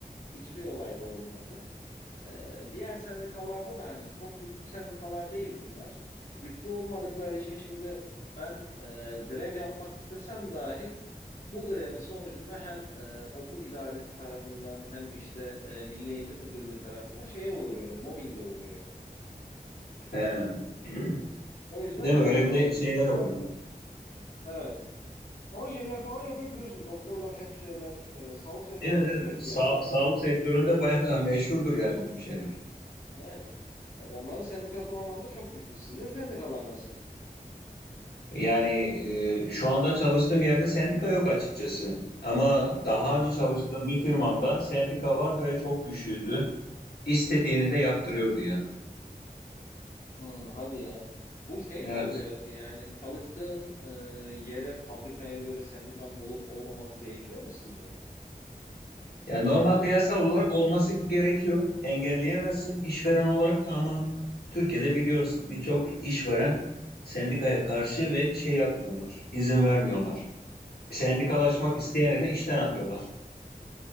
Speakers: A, on the left; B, on the left.
A: Hiçbir olayda olmadı. Ee, diğer sendikalarda da hani çok güçlü sendikalar değil bunlar. Güçlü olmadıkları için şimdi ben e, grev yapmak istesem dahi bu grevin sonucunda hem e, okul idaresi tarafından hem işte e, Milli Eğitim Müdürlüğü tarafından şeye uğruyorum, mobbinge uğruyorum.
B: He. <clears throat>
A: O yüzden
B: Değil
A: grev
B: mi? Öyle
A: yapamıyoruz
B: bir de şeyler
A: yani.
B: var yani.
A: Evet. Ama şeyler falan yapıyor biliyorsun. Doktorlar, hemşireler, e, sağlık çalışanları
B: Evet evet.
A: sürekli
B: Sa
A: yapıyor.
B: sağlık sektöründe bayağı da meşhurdur yani o tür şeyler.
A: Evet. E, onların sendikası o anlamda çok güçlü. Sizin sendikalar nasıl?
B: Yani e, şu anda çalıştığım yerde sendika yok açıkçası. Ama daha
A: Hmm.
B: önce çalıştığım bir firmamda sendika vardı ve çok güçlüydü. İstediğini de yaptırıyordu ya.
A: Hmm, hadi ya. Bu şey
B: Evet.
A: mi oluyor? Yani çalıştığın e, yere, fabrikaya göre sendikanın olup olmaması değişiyor mu sizde?
B: Yani normalde yasal olarak olması gerekiyor. Engelleyemezsin işveren olarak ama Türkiye'de biliyorsun birçok işveren sendikaya karşı ve şey yapmıyorlar, izin vermiyorlar. Sendikalaşmak
A: Aa.
B: isteyeni de işten atıyorlar.